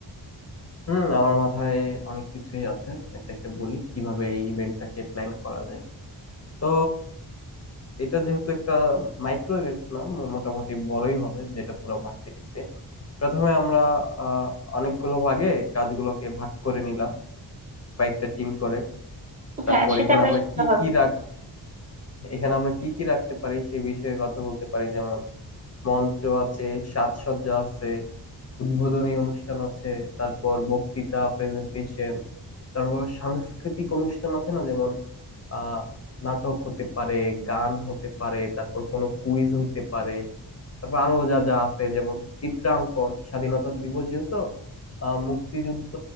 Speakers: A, on the left; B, on the right.
A: হুম আমার মাথায় অনেক কিছুই আছে একটা একটা বলি কিভাবে এই ইভেন্টটাকে প্ল্যান করা যায় তো এটা যেহেতু একটা মাইক্রো ইভেন্ট না মো- মোটামুটি বড়ই হবে যেটা পুরো ভার্সিটিতে প্রথমে আমরা আহ অনেকগুলো ভাগে কাজগুলোকে ভাগ করে নিলাম কয়েকটা টিম করে তারপর
B: হ্যাঁ সেটা
A: এখানে
B: বেশ
A: আমরা কি
B: ভালো হবে
A: কি রাখ এখানে আমরা কি কি রাখতে পারি সে বিষয়ে কথা বলতে পারি যেমন মঞ্চ আছে সাজসজ্জা আছে উদ্বোধনী অনুষ্ঠান আছে তারপর বক্তৃতা প্রেজেন্টেশন তারপর সাংস্কৃতিক অনুষ্ঠান আছে না যেমন আহ নাটক হতে পারে গান হতে পারে তারপর কোনো কুইজ হইতে পারে তারপর আরো যা যা আছে যেমন চিত্রাঙ্কন স্বাধীনতা দিবস যেহেতু আহ মুক্তিযুদ্ধ